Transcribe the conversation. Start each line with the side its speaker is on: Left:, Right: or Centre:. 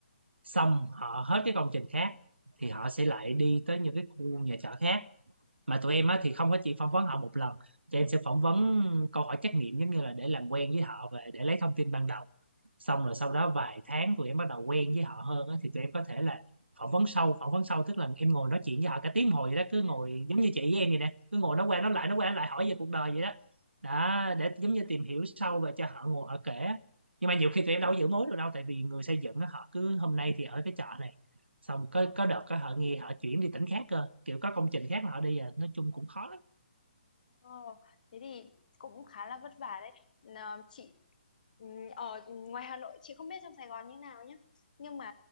Right: xong họ hết cái công trình khác thì họ sẽ lại đi tới những cái khu nhà trọ khác mà tụi em á thì không có chỉ phỏng vấn họ một lần tụi em sẽ phỏng vấn câu hỏi trắc nghiệm giống như là để làm quen với họ và để lấy thông tin ban đầu xong rồi sau đó vài tháng tụi em bắt đầu quen với họ hơn á, thì tụi em có thể là phỏng vấn sâu phỏng vấn sâu tức là em ngồi nói chuyện với họ cả tiếng hồi vậy đó cứ
Left: Ừ.
Right: ngồi giống như chị với em vậy nè cứ ngồi nói qua nói lại nói qua nói lại hỏi về cuộc đời vậy đó đó để giống như tìm hiểu sâu và cho họ ngồi họ kể nhưng mà nhiều khi tụi em đâu có giữ mối được đâu tại vì người xây dựng á, họ cứ hôm nay thì ở cái chợ này xong có
Left: ừ.
Right: có đợt có họ nghe họ chuyển đi tỉnh khác cơ kiểu có công trình khác mà họ đi à nói chung cũng khó
Left: Ồ, thế thì cũng khá là vất vả đấy Nà, chị ừ, ở ngoài Hà Nội chị không biết trong Sài Gòn như nào nhé nhưng mà